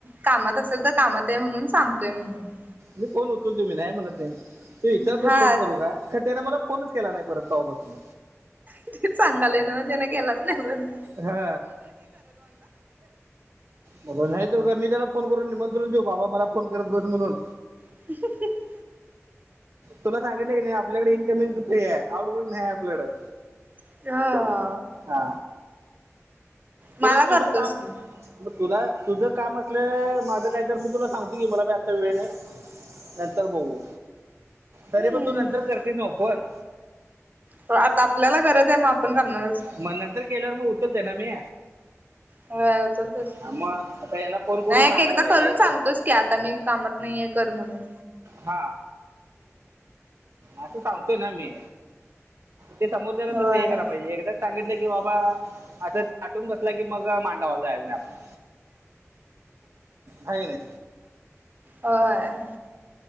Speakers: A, on the right (about 35°); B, on the right (about 55°).
A: कामात असेल तर कामात आहे म्हणून सांगतोय म्हणून
B: मी फोन उचलतोय मी नाही म्हणत नाही तो विचारतोय
A: हा
B: फोन करू काय तर त्याने मला फोनंच केला नाही परत तवा पास्नं
A: तेचं सांगालोय न्हवं त्यांनं केलाच नाही म्हणून
B: हा म नाही तर का मी त्याला फोन करून निमंत्रण देऊ बाबा मला फोन करत बंस म्हणून
A: <inaudible>
B: तुला सांगितलंय कनाही आपल्याकडं इनकमिंग फ्री हाय आउटगोइंग नाही आहे आपल्याकडं
A: हा
B: हा
A: मला
B: तुला
A: करतोस
B: तुझं काम
A: की
B: मग तुला तुझं काम असलं माझ काही तर मी तुला सांगतोय की मला बि आता वेळ नाही. नंतर बघू, तरी
A: हम्म
B: पण तू नंतर करतीस नव फोन.
A: म आता आपल्याला गरज आहे मग आपण करणारंच की.
B: म नंतर केल्यावर मग उचलते ना मी.
A: होय उचलतोस
B: हा
A: की
B: म आता याला फोन करून
A: नाही
B: सांगायला
A: एक एकदा
B: पाहिजे.
A: करून सांगतोस की आता मी कामात नाहीये कर म्हणून.
B: हा. असं सांगतोय ना मी ते समोरच्याला
A: होय
B: तसं हे करायं पाहिजे एकदा सांगितलं की बाबा असच. ताटून बसला की मग मांडवाला जायचं नाही आपण हाय क नाही.
A: होय.